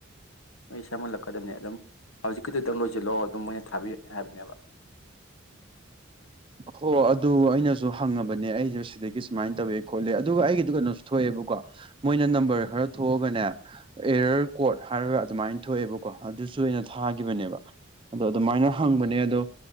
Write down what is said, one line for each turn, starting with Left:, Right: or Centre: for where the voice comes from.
Left: ꯑꯩꯩ ꯁꯦꯝꯍꯜꯂꯛꯀꯦ꯫ ꯀꯗꯕꯅꯦ ꯑꯗꯨꯝ ꯍꯧꯖꯤꯛꯀꯤꯗꯨꯗꯡ ꯂꯣꯏꯁꯤꯜꯂꯛꯑꯣ ꯑꯗꯨꯝ ꯃꯣꯏꯅ ꯊꯥꯕꯤꯔꯛꯀꯦ ꯍꯥꯏꯕꯅꯦꯕ꯫ <inaudible>
Right: ꯍꯣ ꯑꯗꯨ ꯑꯩꯅꯁꯨ ꯍꯪꯉꯕꯅꯦ ꯑꯩꯁꯨꯦ ꯁꯤꯗꯒꯤ ꯁꯨꯃꯥꯏꯅ ꯇꯧꯋꯦ ꯈꯣꯠꯂꯦ ꯑꯗꯨꯒ ꯑꯩꯒꯤꯗꯨ ꯀꯩꯅꯣꯁꯨ ꯊꯣꯛꯑꯦꯕꯀꯣ꯫ ꯃꯣꯏꯅ ꯅꯝꯕꯔ ꯈꯔ꯫ ꯊꯣꯛꯑꯒꯅꯦ ꯑꯦꯔꯔ ꯀꯣꯔꯣꯠ ꯍꯥꯏꯔꯒ ꯑꯗꯨꯃꯥꯏꯅ ꯊꯣꯛꯑꯦꯕꯀꯣ ꯑꯗꯨꯁꯨ ꯑꯩꯅ ꯊꯥꯈꯤꯕꯅꯦꯕ ꯑꯗꯣ ꯑꯗꯨꯃꯥꯏꯅ ꯍꯪꯕꯅꯦ ꯑꯗꯣ